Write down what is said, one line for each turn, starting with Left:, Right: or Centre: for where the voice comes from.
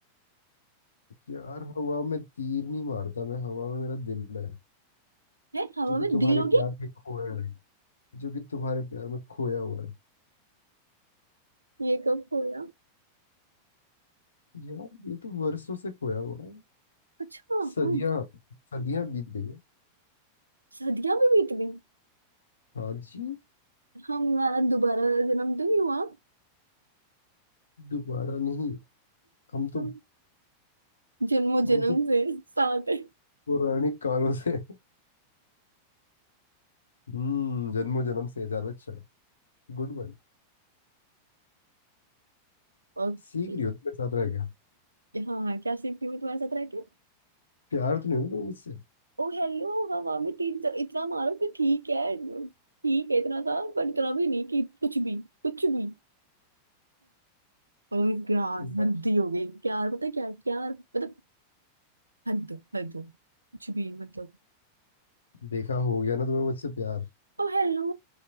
Left: यार हवा में तीर नहीं मारता मैं हवा में मेरा दिल है
Right: है हवा
Left: जो कि
Right: में
Left: तुम्हारे
Right: दिल हो
Left: प्यार
Right: गया
Left: में खोया है जो कि तुम्हारे प्यार में खोया हुआ है
Right: ये कब खोया
Left: यार ये तो वर्षों से खोया हुआ है
Right: अच्छा
Left: सदियां
Right: हम
Left: सदियां बीत गई है
Right: सदियां भी बीत गई
Left: हाँ जी
Right: हमारा दोबारा जन्म तो नहीं हुआ
Left: दोबारा नहीं हम
Right: तो
Left: तो
Right: जन्मों
Left: हम
Right: जन्म
Left: तो
Right: से साथ है
Left: पौराणिक कालों से हम्म जन्मों जन्म से ज्यादा अच्छा है Good one
Right: ओके
Left: सीख रही हो तुम्हें साथ रह गया
Right: हाँ हाँ क्या सीखती हूँ मैं तुम्हारे साथ रह के
Left: प्यार तो नहीं होगा तुम्हें मुझसे
Right: ओ हेलो हवा में तीन तो इतना मारो कि ठीक है ठीक है इतना था पर इतना भी नहीं कि कुछ भी कुछ भी और प्यार
Left: देखा
Right: हद ही हो गई प्यार पता है क्या है? प्यार मतलब हद हद कुछ भी मतलब
Left: देखा हो गया ना तुम्हें मुझसे प्यार
Right: ओ हेलो